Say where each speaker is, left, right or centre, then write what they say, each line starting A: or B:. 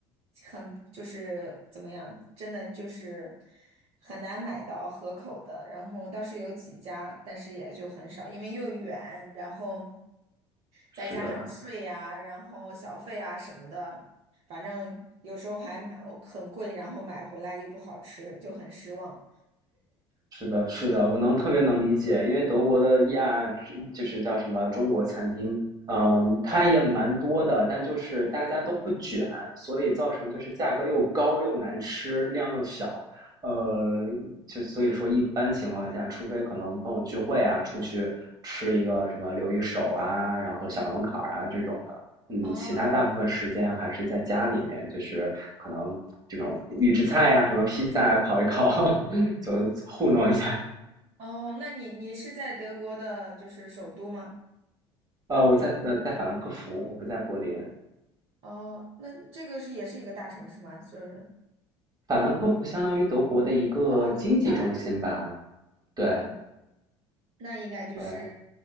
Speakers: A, on the right (about 45°); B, on the right (about 25°).
A: 很就是怎么样，真的就是很难买到合口的。然后倒是有几家，但是也就很少，因为又远，然后
B: 是的，
A: 再加上税呀、然后小费啊什么的，反正有时候还买哦很贵，然后买回来又不好吃，就很失望。
B: 是的，是的，我能特别能理解，因为德国的亚就是叫什么中国餐厅，嗯，它也蛮多的，但就是大家都不卷，所以造成就是价格又高又难吃，量又小，呃，就所以说一般情况下，除非可能朋友聚会啊，出去吃一个什么留一手啊，然后小龙坎儿啊这种的，嗯，
A: 哦
B: 其他大部分时间还是在家里面，就是可能这种预制菜呀、什么披萨啊烤一烤，就糊弄一下。
A: 哦，那你你是在德国的，就是首都吗？
B: 呃，我在呃在法兰克福，我不在柏林。
A: 哦，那这个是也是一个大城市吗？就是
B: 法兰克福相当于德国的一个经济中心吧？
A: 哦哦，对，法兰克福，
B: 对
A: 对，那应该就是，
B: 对，